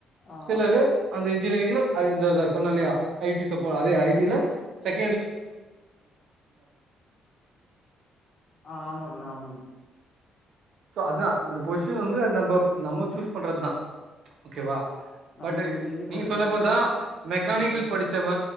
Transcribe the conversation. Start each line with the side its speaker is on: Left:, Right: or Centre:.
Left: ஆ ஆ
Right: சிலரு அந்த இன்ஜினியரிங்ல அத த சொன்னே இல்லையா ஐ டி சப்போ அதே ஐ டி லே சக்
Left: ஆமா ப்ரோ ஆமா ப்ரோ
Right: சோ அதா இந்த பொசிஷன் வந்து நம்ம நம்ம சூஸ் பண்றது தா ஓகேவா
Left: நம்பளுக்கு
Right: பட்
Left: எது
Right: நீங்க
Left: கரெக்டா
Right: சொன்ன
Left: இருக்கோ
Right: பாத்தா மெக்கானிக்கல்
Left: ம்
Right: படிச்சவ